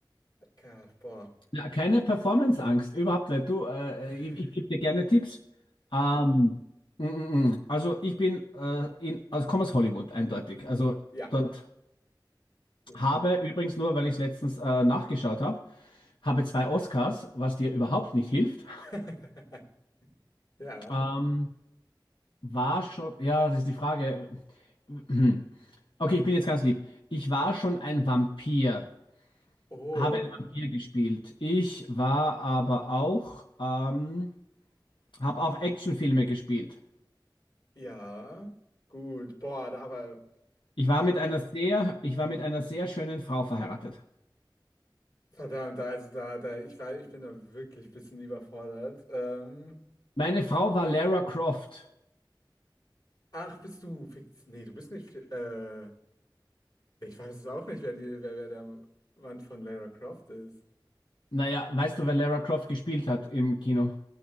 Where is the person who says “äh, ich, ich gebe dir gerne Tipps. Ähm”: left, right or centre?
Left